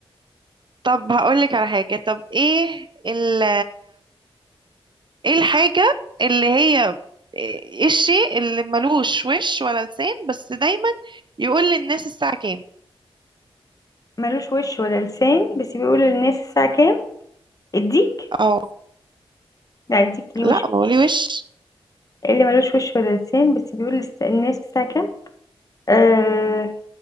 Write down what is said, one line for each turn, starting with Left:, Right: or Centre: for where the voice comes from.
Right: طب هقول لك على حاجة طب ايه ال ايه الحاجة اللي هي ايه الشيء اللي ملوش وش ولا لسان بس دايما يقول للناس الساعة كام
Left: ملوش وش ولا لسان بس بيقول للناس الساعة كام الديك
Right: اه
Left: لا الديك ليه
Right: لا
Left: وش
Right: ما هو ليه وش
Left: اللي ملوش وش ولا لسان بس بيقول للس- للناس الساعة كام آه